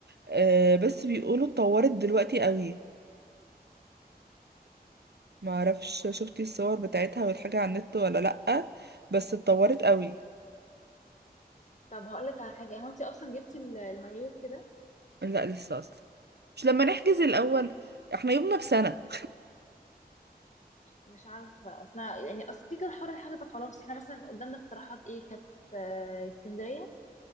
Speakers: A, on the right (about 80°); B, on the left (about 45°).
A: آه، بس بيقولوا اتطورت دلوقتي قوي معرفش شفتي الصور بتاعتها والحاجة على النت ولا لأ بس اتطورت قوي
B: طب هقولك على حاجة هو انت اصلا جبتي ال- المايوه كده
A: لا لسه اصلا مش لما نحجز الأول احنا يومنا بسنة
B: مش عارفة أصلا يعني أصل كده كده حوار الحجز خلاص احنا مثلا قدامنا اقتراحات ايه كانت آه، اسكندرية